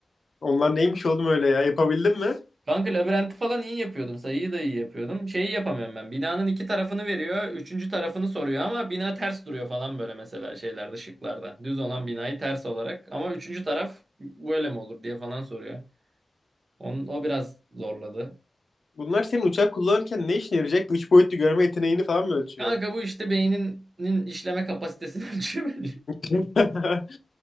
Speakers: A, on the left; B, on the right.
A: Onlar neymiş oğlum öyle ya? Yapabildin mi?
B: Kanka labirenti falan iyi yapıyordum. Sayıyı da iyi yapıyordum. Şeyi yapamıyorum ben. Binanın iki tarafını veriyor. Üçüncü tarafını soruyor ama bina ters duruyor falan böyle mesela şeylerde şıklarda. Düz olan binayı ters olarak. Ama üçüncü taraf böyle mi olur diye falan soruyor. Onun, o biraz zorladı.
A: Bunlar senin uçak kullanırken ne işine yarayacak? Üç boyutlu görme yeteneğini falan mı ölçüyor?
B: Kanka bu işte beyninin işleme kapasitesini <laughs> ölçüyor bence.
A: <laughs>